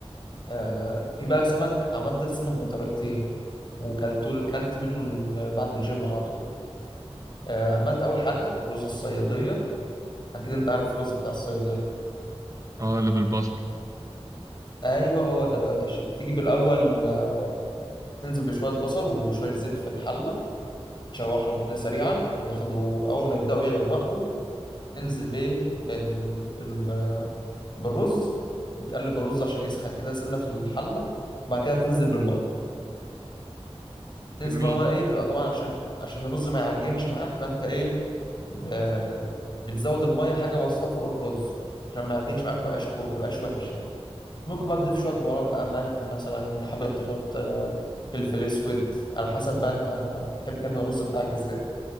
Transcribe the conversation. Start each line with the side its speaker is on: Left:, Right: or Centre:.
Left: آه في بقى سمك عملت السمك بطريقتين وكلته كلت منه ال- بعد الجيم على طول آه عملت اول حاجه رز الصياديه اكيد انت عارف الرز بتاع الصياديه
Right: آه اللي بالبصل
Left: ايوه هو ده بقى يا باشا بتيجي بالاول آه، تنزل بشويه بصل وشويه زيت في الحله تشوحهم كده سريعا ياخدوا اول ما يبداوا يغمقوا تنزل بيه بال... بال... بالرز وتقلب الرز عشان يسخن كده سنة في الحلة بعد كده تنزل بالمية تنزل
Right: جميل
Left: بقى المية ايه تبقى طبعا عشان عشان الرز ما يعجنش معاك فانت ايه ب... بتزود المية حاجة بسيطة فوق الرز عشان ما يعجنش معاك ما يبقاش كو... ما يبقاش وحش يعني ممكن بقى تضيف شوية بهارات بقى ملح مثلا انت حابب تحط آه، فلفل اسود على حسب بقى انت بتحب تعمل الرز بتاعك ازاي